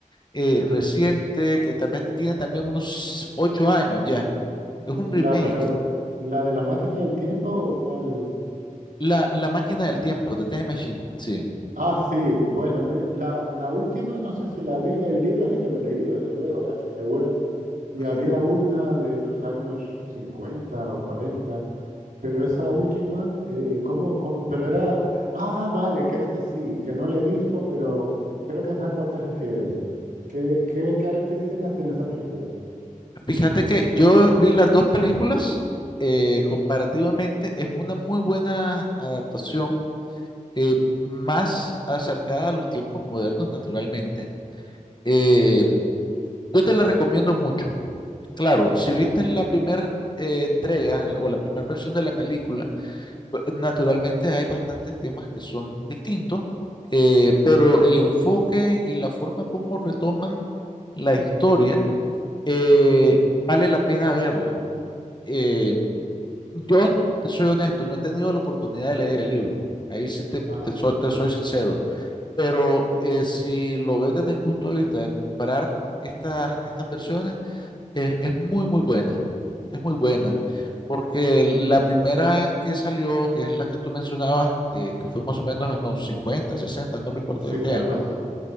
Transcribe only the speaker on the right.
La, pero, ¿la de la máquina del tiempo o cuál?
Ah, sí, bueno, eh, la, la última no sé si la vi, el libro sí que lo he leído, desde luego, de H G Wells, y
había una de los años 50 o cuarenta pero esa última, eh, ¿y ¿cómo, cómo? Pero era, ah, vale, creo que sí, que no la he visto, pero creo que es a cuál te refieres. ¿Qué, qué características tiene esa película?
Ajá,
sí,
algo
así.